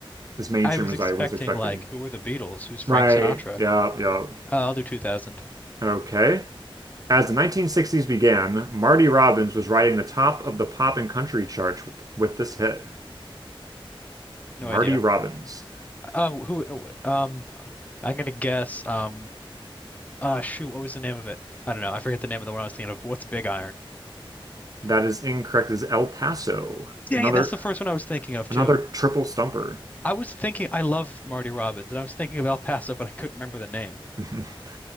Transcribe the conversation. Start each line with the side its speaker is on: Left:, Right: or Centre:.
Right: as mainstream
Left: I was
Right: as
Left: expecting
Right: I was expecting.
Left: like who were the Beatles? Who's Frank
Right: Right.
Left: Sinatra?
Right: Yeah, yeah.
Left: Uh, I'll do 2000.
Right: Okay. As the 1960s began, Marty Robbins was riding the top of the pop and country charts with with this hit.
Left: No
Right: Marty
Left: idea.
Right: Robbins.
Left: Um, who? Um, I'm gonna guess. Um, uh, shoot, what was the name of it? I don't know. I forget the name of the one I was thinking of. But what's Big Iron?
Right: That is incorrect. It Is El Paso.
Left: Dang
Right: Another
Left: it, that's the first one I was thinking of
Right: another
Left: too.
Right: triple stumper.
Left: I was thinking I love Marty Robbins, and I was thinking of El Paso, but I couldn't remember the name.
Right: <laughs>